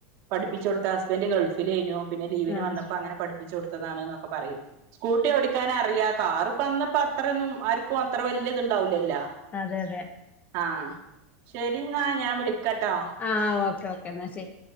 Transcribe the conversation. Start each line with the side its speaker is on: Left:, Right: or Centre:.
Right: പഠിപ്പിച് കൊടുത്ത ഹസ്ബൻഡറ് ഗൾഫിലേ നു. പിന്നെ ലീവിന്
Left: ആഹ്
Right: വന്നപ്പോ അങ്ങനെ പഠിപ്പിച്ച് കൊടുത്തതാണ്ന്നൊക്കെ പറയും സ്കൂട്ടി ഓടിക്കാൻ അറിയാ കാറ് അന്നപ്പോ അത്രൊന്നും ആർക്കും അത്ര വല്യത്ണ്ടാവില്ലല്ല
Left: അതെ അതെ
Right: ആഹ ശരി ന്നാ ഞാൻ വിളിക്കട്ടോ
Left: ആഹ ഓക്കെ ഓക്കെ എന്നാ ശരി